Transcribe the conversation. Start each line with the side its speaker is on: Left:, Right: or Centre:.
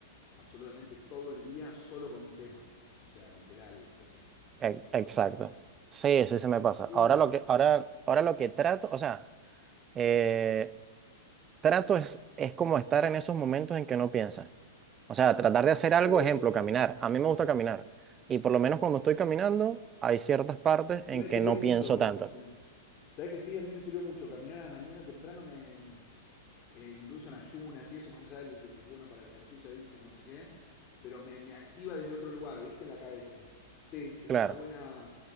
Left: absolutamente todo el día solo con un tema. O sea, literal, José.
Right: e-
Left: No sé si te
Right: exacto.
Left: pasó alguna vez.
Right: Sí, sí, se me pasa. Ahora
Left: Uno,
Right: lo que, ahora, ahora lo que trato, o sea... eh, Trato es, es como estar en esos momentos en que no piensas. O sea, tratar de hacer algo,
Left: eso.
Right: ejemplo, caminar. A mí
Left: Sí.
Right: me gusta
Left: A
Right: caminar. Y por lo menos cuando estoy caminando, hay ciertas partes en
Left: mí me sirvió
Right: que no
Left: mucho,
Right: pienso
Left: José.
Right: tanto.
Left: ¿Sabes que sí? A mí me sirvió mucho. Caminar a la mañana temprano me, eh, incluso en ayunas y eso, más allá de, que es bueno para el ejercicio, dicen, no sé qué, pero me, me activa desde otro lugar, ¿viste? La cabeza. Sí, es
Right: Claro.
Left: una buena,